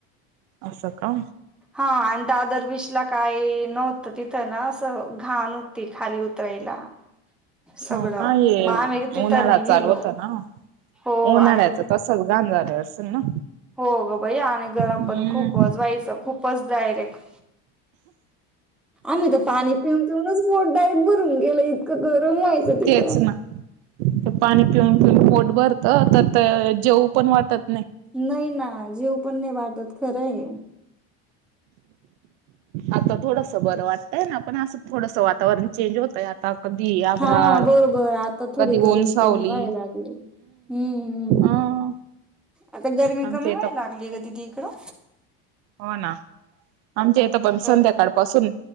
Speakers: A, on the right; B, in the centre.
A: असं का.
B: ह आणि दादर वीस लाख, काही नव्हत तिथं ना, अस घाण होती खाली उतरायला. सगळं
A: हो काय
B: मग आम्ही
A: उन्हाळाय
B: तिथं नाही गेलो
A: चालू होत ना,
B: हो
A: उन्हाळ्याच
B: आणि
A: तसच गाण झालं असती स ना
B: हो गं बई आणि गरम
A: हम्म
B: पण खूपच व्हायचं. खूपच डायरेक्ट आम्ही तर पाणी पिऊन पिऊनच पोठ डायरेक्ट भरून गेलं इतकं ग! गरम व्हायचं तीत
A: तेच ना ते पाणी पिऊन, पोट भरत त त जेऊ पण वाटत <unintelligible>
B: नाहीय ना, जेव पण नाही वाट होत खरं आहे.
A: आता थोडस बरं वाटतंय ना, पण असं थोडस वातावरण चेंज होतंय आता. कधी आभ्राड
B: हा बरोबर आता थोडी
A: कधी
B: गरमी
A: ऊन सावली
B: कमी व्हाय लागली. हम्म हम्म
A: ह
B: आता गरमी
A: आमच्या
B: कमी व्हाय
A: इथं पण
B: लागली, काि क
A: हो ना आमच्या इथं पण
B: तर
A: संध्याकाळपासून,